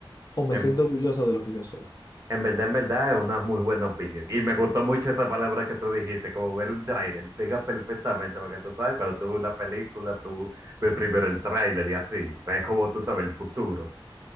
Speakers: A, on the left (about 40°); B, on the right (about 35°).
A: O me
B: En,
A: siento orgulloso de lo que yo soy.
B: en verdad, en verdad, es una muy buena opinión. Y me gustó mucho esa palabra que tú dijiste, como ver un tráiler. Pega perfectamente, porque tú sabes, cuando tú ves una película, tú ves primero el tráiler y así. Es como tú sabes el futuro.